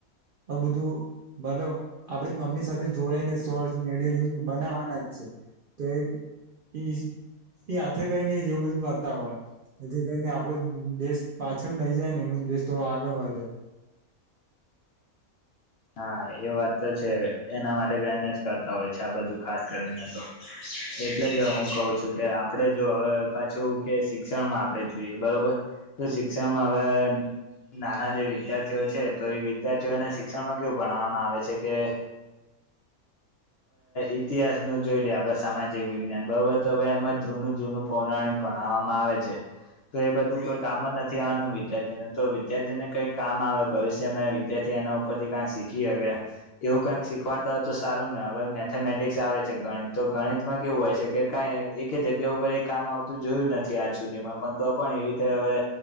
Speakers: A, on the right (about 80°); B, on the left (about 60°).
A: આ બધું મતલબ આપડી મમની સાથે જોડ ને સોર્ મેડ બનાવાના જ છે. તો એઝ એઈ હાથે ગઈને જેવું બધું કરતા હોય. એથી કરીને આપડો દેશ પાછળ નહી જાય ને એમ દેશ થોડો આગળ વધે.
B: હા એ વાત તો છે એના માટે કઈને જ કરતા હોય છે આ બધું ખાસ કરીને તો. એટલે જ હું કહું છું કે આપણે જો હવે પાછું કે શિક્ષણમાં આપણે જોઈએ બરોબર. તો શિક્ષણમાં હવે નાના જે વિદ્યાર્થીઓ છે તો એ વિદ્યાર્થીઓને. શિક્ષણમાં કેવું ભણવામાં આવે છે કે. ઇતિહાસ નું જોઈ લેએ આપડ સામાજિક વિજ્ઞાન બરોબર તો હવે એમાં જૂનું જૂનું પૌરાણિક. પણવામાં આવે છે. તો એ બધું કોઈ કામ જ નથી આવવાનું વિદ્યાર્થીને તો વિદ્યાર્થી ને કઈક કામ આવે ભવિષ્યમાં વિદ્યાર્થી એના. પ્રધિકાક્ષ શીખીએ કે. એવું કંઈક શીખવાડતા હોય તો સારું ને હવે મેથેમેટિક્સ આવે છે ગણિત તો ગણિતમાં કેવું હોય છે કે કાંઈ. એક જગ્યા ઉપર એ કામ આવતું જોયું જ નથી આજ સુધીમાં પણ તો પણ એવી રીતે હવે.